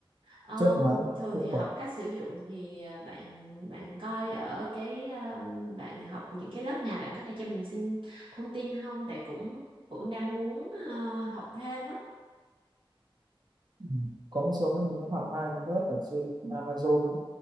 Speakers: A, on the right; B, on the right.
A: Ờ,
B: chất đoán
A: thường
B: hiệu
A: thì học
B: quả
A: cách sử dụng thì ờ, bạn bạn coi ở cái ờ, bạn học những cái lớp nào bạn có thể cho mình xin thông tin không? Tại cũng cũng đang muốn ờ, học thêm á.
B: ừ. có một số mình đã học hai cái lớp ở trên Amazon ấy.